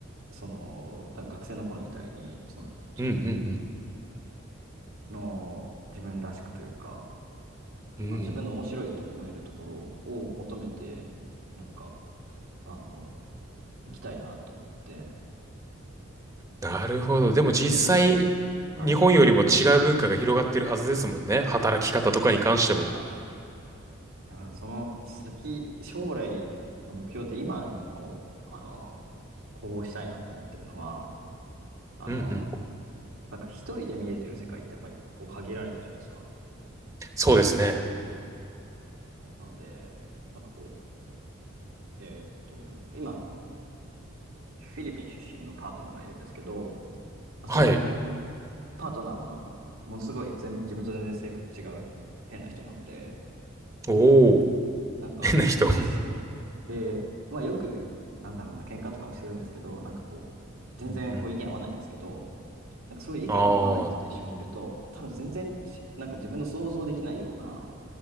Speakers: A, on the right (about 85°); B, on the right (about 15°).
A: その、だ学生の頃みたいに、その自分
B: うんうん
A: の、自分らしくというか、
B: うん。うん。
A: あ自分の面白いと思えるところを求めて、なんか、あの、行きたいなと思って、
B: なるほど。
A: あ
B: でも実際、
A: それで今食べました。
B: 日本よりも違う文化が広がってるはずですもんね。
A: はい。
B: 働き方とかに関しても。
A: そうですね。はい。だからその先、将来の目標って今一個、あの、こうしたいなと思ってるのは、あの、
B: うんうん。
A: なんか一人で見れてる世界ってやっぱりこう限られてるじゃないですか。
B: そうですね。
A: うん。なので、なんかこう、えーっと、今あのフィリピン出身のパートナーがいるんですけど、まあその
B: はい。
A: パートナーもなんか、ものすごい全自分と全然性格違う変な人なので、
B: おお、
A: なんか、
B: 変な人。
A: その人 <laughs> で、まあよく、なんだろうな、喧嘩とかもするんですけど、なんかこう、全然こう意見合わないんですけど、
B: うんうん。
A: なんかそういう意見の合わない人と一緒にいると、
B: ああ、うん
A: 多分全然ち、なんか自分の想像できないような、